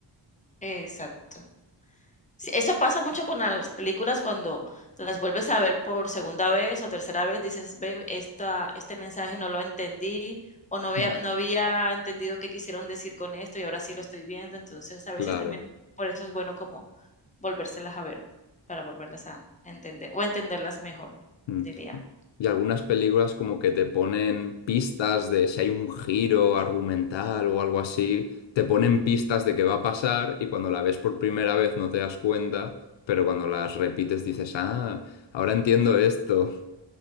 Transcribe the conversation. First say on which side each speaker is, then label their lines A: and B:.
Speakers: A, on the left; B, on the left.
A: exacto. Sí, eso pasa mucho con las películas cuando las vuelves a ver por segunda vez o tercera vez, dices, ve, esta, este mensaje no lo entendí o no había,
B: Mm.
A: no había entendido qué quisieron decir con esto y ahora sí lo estoy viendo. Entonces, a veces
B: Claro.
A: también por eso es bueno como volvérselas a ver para volverlas a entender o entenderlas mejor,
B: Hmm.
A: diría.
B: Y algunas películas como que te ponen pistas de si hay un giro argumental o algo así, te ponen pistas de qué va a pasar y cuando la ves por primera vez no te das cuenta, pero cuando las repites dices, ah, ahora entiendo esto.